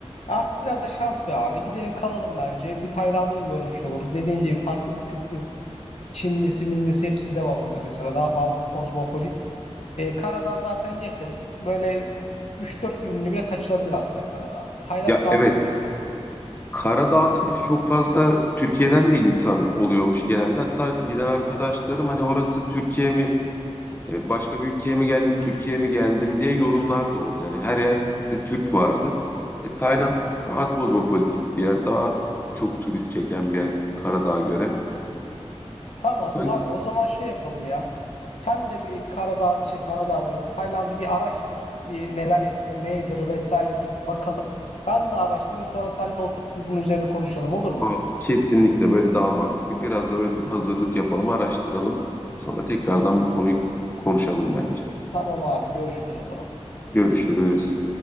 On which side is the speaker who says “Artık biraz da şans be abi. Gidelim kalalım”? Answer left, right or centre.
Left